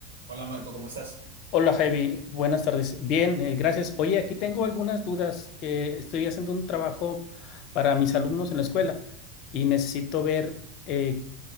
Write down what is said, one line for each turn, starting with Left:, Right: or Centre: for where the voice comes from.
Right: Hola Marco, ¿cómo estás?
Left: Hola Javi, buenas tardes. Bien, eh, gracias. Oye, aquí tengo algunas dudas que estoy haciendo un trabajo para mis alumnos en la escuela y necesito ver eh,